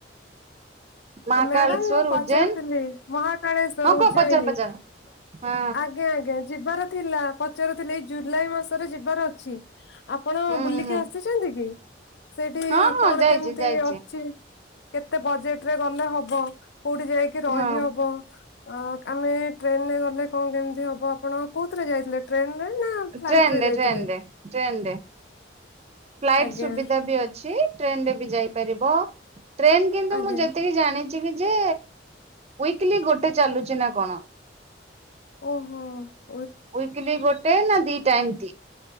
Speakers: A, on the right; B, on the left.
A: ମହାକାଳେଶ୍ଵର
B: ମ୍ୟାଡାମ ମୁଁ ପଚାରୁଥିଲି
A: ଉଜ୍ଜୈନ
B: ମହାକାଳେଶ୍ଵର
A: ହଁ କୁହ
B: ଉଜ୍ଜୟନୀ
A: ପଚାର ପଚାର ହଁ
B: ଆଜ୍ଞା ଆଜ୍ଞା ଯିବାର ଥିଲା ପଚାରୁଥିଲି ଏଇ ଜୁଲାଇ ମାସରେ ଯିବାର ଅଛି ଆପଣ
A: ହୁଁ
B: ବୁଲିକି
A: ହୁଁ
B: ଆସିଛ କି ସେଇଠି
A: ହଁ ହଁ
B: କଣ
A: ଯାଇଛି
B: କେମିତି
A: ଯାଇଛି
B: ଅଛି? କେତେ ବଜେଟରେ ଗଲେ ହବ କୋଉଠି ଯାଇକି ରହି
A: ହଁ।
B: ହବ? ଅ ଆମେ ଟ୍ରେନରେ ଗଲେ କଣ କେମିତି ହବ ଆପଣ କୋଉଥିରେ ଯାଇଥିଲେ ଟ୍ରେନ ରେ ନା
A: ଟ୍ରେନରେ
B: ଫ୍ଲାଇଟ ରେ ଯାଇଥିଲେ
A: ଟ୍ରେନରେ ଟ୍ରେନରେ ଫ୍ଲାଇଟ
B: ଆଜ୍ଞା
A: ସୁବିଧା ବି ଅଛି। ଟ୍ରେନରେ ବି ଯାଇପାରିବ ଟ୍ରେନ କିନ୍ତୁ
B: ଆଜ୍ଞା
A: ମୁଁ ଯେତିକି ଜାଣିଛି କି ଯେ ୱିକଲି ଗୋଟେ ଚାଲୁଛି ନା କଣ?
B: ଓହୋ।
A: ୱିକଲି ଗୋଟେ ନା ଦିଟା ଏମତି।